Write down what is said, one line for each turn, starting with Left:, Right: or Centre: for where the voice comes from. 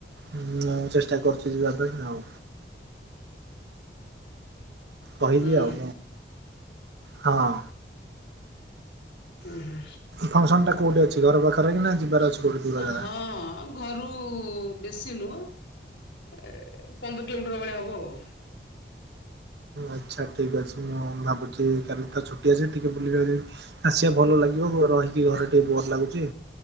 Right: ହୁଁ ମୁଁ ଚେଷ୍ଟା କରୁଛି ଯିବା ପାଇଁ ଆଉ। କହିବି
Left: ହୁଁ
Right: ଆଉ ହଁ।
Left: ହୁଁ ହୁଁ।
Right: ଫଙ୍କସନ୍ ଟା କୋଉଠି ଅଛି ଘର ପାଖରେ କି ନା ଯିବାର ଅଛି। କୋଉଠି ଦୂର ଜାଗା?
Left: ହଁ ଘରୁ ବେଶୀ ନୁହଁ ପନ୍ଦର କିଲୋମିଟର ଭଳିଆ ହବ ଆଉ।
Right: ଆଚ୍ଛା ଠିକ୍ ଅଛି ମୁଁ ଭାବୁଛି କାଲି ତା ଛୁଟି ଅଛି ଟିକେ ବୁଲିପାରିବି। ଆସିବା ଭଲ ଲାଗିବ ରହିବି ଘରେ ଟିକେ ବୋର ଲାଗୁଛି।